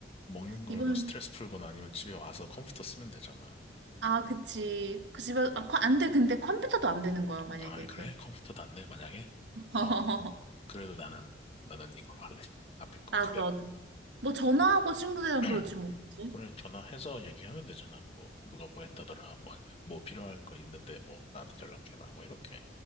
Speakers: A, on the left (about 35°); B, on the right (about 85°).
A: 먹는 걸로
B: 이건,
A: 스트레스 풀거나 아니면 집에 와서 컴퓨터 쓰면 되잖아.
B: 아, 그치. 그 집에, 아, 컴- 안 돼. 근데 컴퓨터도 안 되는 거야, 만약에,
A: 아, 그래?
B: 그럼.
A: 컴퓨터도 안 돼, 만약에?
B: <laughs>
A: 어, 그래도 나는, 나는 이걸로 할래. 앞에 거
B: 나도,
A: 그대로.
B: 나도. 뭐, 전화하고 친구들이랑
A: <clears throat>
B: 그러지, 뭐. 그치?
A: 오늘 전화해서 얘기하면 되잖아. 뭐, 누가 뭐 했다더라. 뭐, 아니면 뭐 필요한 거 있는데, 뭐, 나한테 연락해라. 뭐, 이렇게.